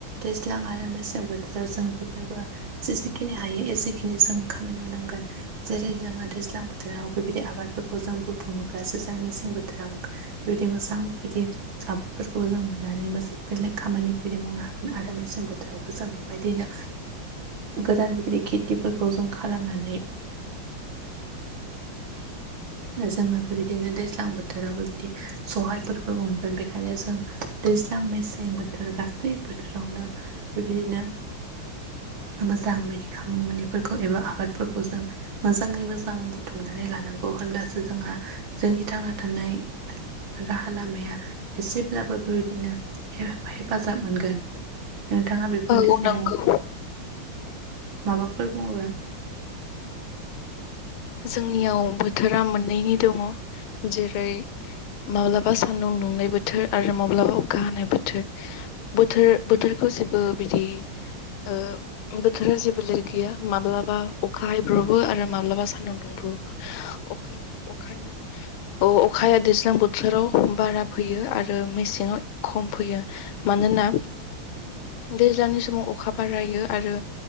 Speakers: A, on the right; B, on the left.
A: दैज्लां आरो मेसें बोथोराव जों जेब्लायबो जेसेखिनि हायो एसेखिनि जों खामानि मावनांगोन जेरै जोङो दैज्लां बोथोराव बेबायदि आबादफोरखौ जों बुथुमोब्लासो जों मेसें बोथोराव बेबिदि मोजां बेबिदि आबादफोरखौ जों मोननानै मो बेलेग खामानि बेबिदि मावनो हागोन आरो मेसें बोथोरावबो जों बेबायदिनो गोदान बेबायदि खेथिफोरखौ जों खालामनानै
B: <inaudible> <inaudible>
A: जोङो बेबायदिनो दैज्लां बोथोरावबो बिदि सहायफोरखौ मोनगोन बेखायनो जों दैज्ल ल्जां मेसें बोथोर गासै बोथोरावनो बेबायदिनो मोजां बायदि खामानिफोरखौ एबा आबादफोरखौ जों मोजाङै मोजां बुथुमनानै लानांगौ होनब्लासो जोंहा जोंनि थांना थानाय राहा लामाया एसेब्लाबो बेबायदिनो हे-हेफाजाब मोनगोन नोंथाङा बेफोरनि
B: औ
A: सायाव
B: नंगौ
A: माबाफोर बुङोबा
B: जोंनियाव बोथोरा मोननैनि दङ जेरै माब्लाबा सान्दुं दुंनाय बोथोर आरो माब्लाबा अखा हानाय बोथोर बोथोर बोथोरखौ जेबो बिदि ओ बोथोरा जेबो <unintelligible> गैया माब्लाबा अखा हायब्रबो आरो माब्लाबा सान्दुं दुंब्रबो अखा अखा
A: <inaudible>
B: अ अखाया दैज्लां बोथोराव बारा फैयो आरो मेसेङाव खम फैयो मानोना दैज्लांनि समाव अखा बारायो आरो